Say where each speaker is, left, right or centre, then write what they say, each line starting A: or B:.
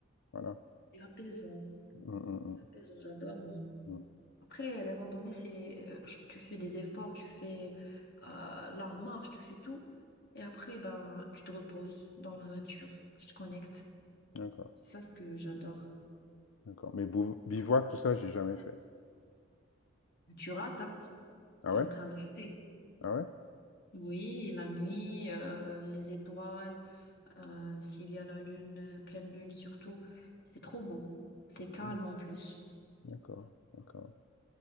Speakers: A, on the left; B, on the left.
A: Voilà.
B: C'est apaisant,
A: Hum, hum, hum,
B: apaisant, j'adore. moi.
A: hum.
B: Après, les randonnées, c'est euh, genre tu fais des efforts, tu fais euh, la marche, tu fais tout. Et après, ben, tu te reposes dans la nature, tu te connectes.
A: D'accord,
B: C'est ça ce que j'adore.
A: d'accord. Mais bouv- bivouac, tout ça, j'ai jamais fait.
B: Tu rates, hein?
A: Ah
B: T'es
A: ouais?
B: en train de rater.
A: Ah ouais?
B: Oui, la nuit, euh, les étoiles, euh, s'il y a la lune, euh, pleine lune surtout, c'est trop beau. C'est calme
A: Hum,
B: en plus.
A: D'accord, d'accord,